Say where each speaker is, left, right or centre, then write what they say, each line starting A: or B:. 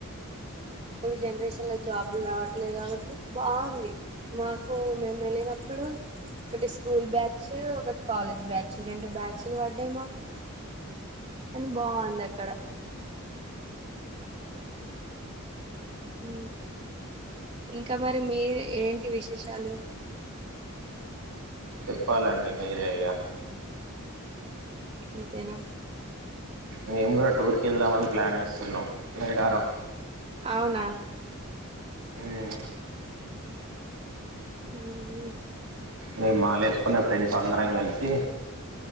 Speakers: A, on the right; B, on the right.
A: ఇప్పుడు జనరేషన్లో జాబులు రావట్లేదు కాబట్టి బాగుంది మాకు మేము వెళ్ళినప్పుడు ఒకటి స్కూల్ బ్యాచ్ ఒకటి కాలేజ్ బ్యాచ్ రెండు బ్యాచ్లు పడ్డాయి మాకు కానీ బాగుంది అక్కడ ఉ ఇంకా మరి మీ ఏంటి విశేషాలు
B: చెప్పాలండి మీరే ఇగ
A: ఇంతేనా
B: మేం గుడ టూర్కెళ్దామని ప్లాన్ ఏస్తున్నం మేడారం.
A: అవ్నా.
B: ఉమ్,
A: మ్ మ్
B: మేం మలేస్కునే ఫ్రెండ్స్ అందరం కల్సి.